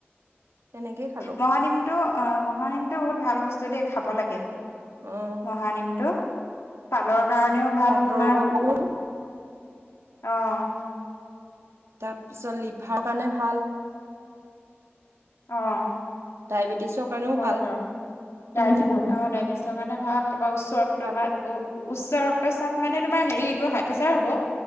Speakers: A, on the right; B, on the left.
A: তেনেকেই খালো
B: মহানিমটো, অ মহানিম বহুত ভাল বস্তু দেই, খাব লাগে।
A: অ'
B: মহানিমটো পালৰ কাৰণেও
A: বসন্ত
B: ভাল তোমাৰ।
A: ৰোগৰ কাৰণেও
B: অঁ।
A: তাৰ পিছত লিভাৰৰ কাৰণে ভাল।
B: অঁ।
A: ডায়েবেটিছৰ কাৰণেও
B: হয়
A: ভাল।
B: বাৰু। অ ডায়েবেটিছৰ কাৰণে ভাল। তাৰপা উচ্চ ৰক্ত
A: আকৌ
B: বা উচ্চ ৰক চাপ মানে তোমাৰ হেৰি এইটো হাই প্ৰেছাৰ হ'ব।